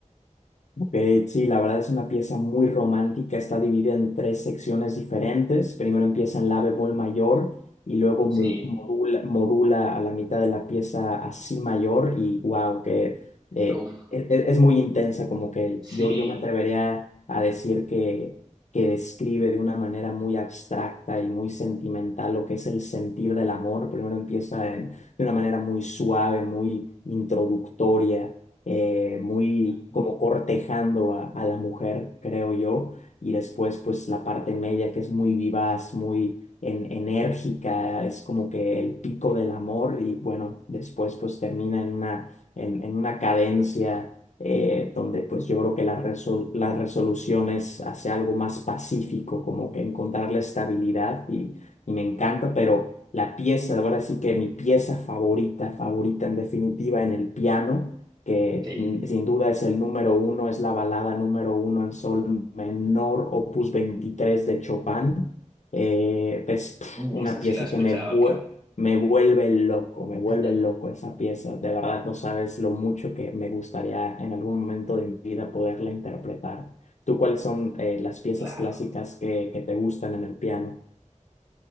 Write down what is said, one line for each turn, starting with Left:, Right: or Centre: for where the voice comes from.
Left: Ok, sí, la verdad es una pieza muy romántica, está dividida en tres secciones diferentes. Primero empieza en la bemol mayor y luego mo-
Right: Sí,
Left: modula, modula a la mitad de la pieza a si mayor y wow, que eh,
Right: uf,
Left: e- e- es, muy intensa, como que
Right: sí.
Left: yo, yo me atrevería a decir que, que describe de una manera muy abstracta y muy sentimental lo que es el sentir del amor. Primero empieza en- de una manera muy suave, muy introductoria eh, muy
Right: Ujú.
Left: como cortejando a, a la mujer, creo yo, y después pues la parte media que es muy vivaz, muy en- enérgica, es como que el pico del amor y bueno, después pues termina en una, en, en una cadencia eh, donde pues yo creo que la, resol- la resolución es hacia algo más pacífico, como que encontrar la estabilidad y, y me encanta, pero... La pieza, ahora sí que mi pieza favorita, favorita en definitiva en el piano, que
Right: Sí,
Left: mm, sin duda es el número uno, es la balada número uno en sol menor, opus 23 de Chopin. Eh, es pf,
Right: Mm,
Left: una
Right: esa
Left: pieza
Right: sí la he escuchado,
Left: que me, vue-
Right: claro.
Left: me vuelve loco, me vuelve
Right: <laughs>
Left: loco esa pieza. De verdad no sabes lo mucho que me gustaría en algún momento de mi vida poderla interpretar. ¿Tú cuáles son eh, las piezas
Right: Claro.
Left: clásicas que, que te gustan en el piano?